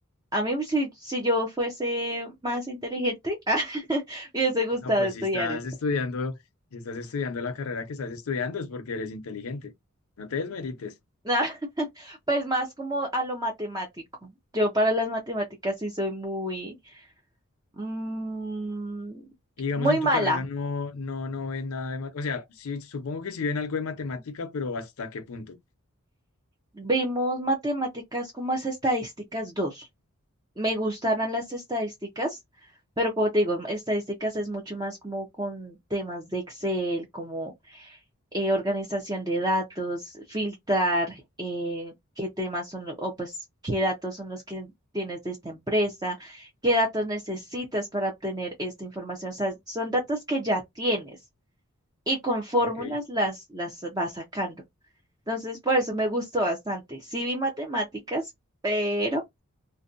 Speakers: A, on the right; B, on the left.
A: a mí si, si yo fuese más inteligente, <laughs> me hubiese gustado
B: No, pues
A: estudiar
B: si estás
A: esto.
B: estudiando, si estás estudiando la carrera que estás estudiando es porque eres inteligente. No te desmerites.
A: <laughs> Pues más como a lo matemático. Yo para las matemáticas sí soy muy Mm,
B: Y digamos
A: muy
B: en
A: mala.
B: tu carrera no, no, no ven nada de, ma- o sea, sí, supongo que sí ven algo de matemática, pero ¿hasta qué punto?
A: Vimos matemáticas como es estadísticas dos Me gustaron las estadísticas, pero como te digo, estadísticas es mucho más como con temas de Excel, como eh, organización de datos, filtrar eh, qué temas son, lo- o pues qué datos son los que tienes de esta empresa, qué datos necesitas para obtener esta información. O sea, son datos que ya tienes y con fórmulas
B: Ok.
A: las, las vas sacando. Entonces, por eso me gustó bastante. Sí vi matemáticas, pero